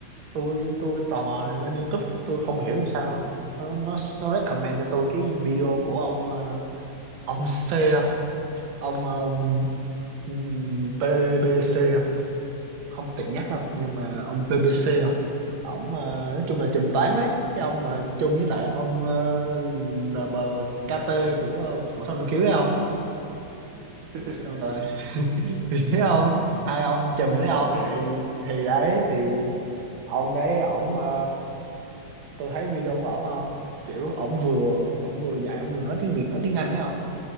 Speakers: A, on the right; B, on the right.
A: tôi tôi tò mò lên YouTube cái tôi không hiểu làm sao nó nó nó recommend cho tôi cái video của ông ờ, ông C ông ờ, ừm, PBC không tiện nhắc đâu nhưng mà ông BBC không ổng ờ, nói chung là trùm toán đấy cái ông mà chung với lại ông ờ, LBKT của ờ, phổ thông năng khiếu đấy không
B: <laughs>
A: xong rồi <laughs> thấy không hai ông chùm đấy không
B: ok không
A: thì thì đấy thì ông đấy ổng ờ, tôi thấy video của ổng không kiểu ổng vừa ổng vừa dạy ổng vừa nói tiếng Việt nói tiếng Anh đấy không